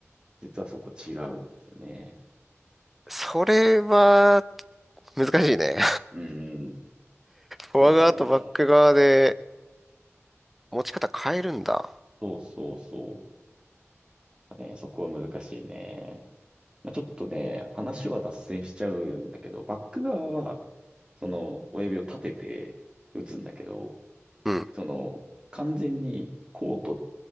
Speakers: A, on the right; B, in the centre.
A: 実はそこ違うんですよね。
B: それは難しいね。
A: うん。
B: フォア側とバック側で
A: そうだね。
B: 持ち方変えるんだ。
A: そうそうそう。ね、そこは難しいね。まあ、ちょっとね、話は脱線しちゃうんだけど、バック側はその親指を立てて打つんだけど、
B: うん。
A: その完全にコートっ